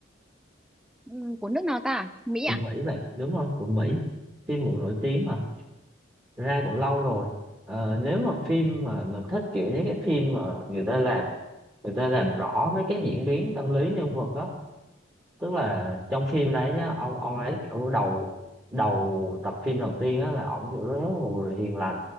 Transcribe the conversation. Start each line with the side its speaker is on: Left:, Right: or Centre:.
Centre: ừ, của nước nào ta Mỹ
Right: Của
Centre: à
Right: Mỹ vậy. Đúng rồi, của Mỹ. Phim cũng nổi tiếng mà. Ra cũng lâu rồi. Ờ, nếu mà phim mà mình thích kiểu những cái phim mà người ta làm người ta làm rõ mấy cái diễn biến tâm lý nhân vật á tức là trong phim đấy nhá ông ông ấy kiểu đầu đầu tập phim đầu tiên á là ông kiểu rất là một người hiền lành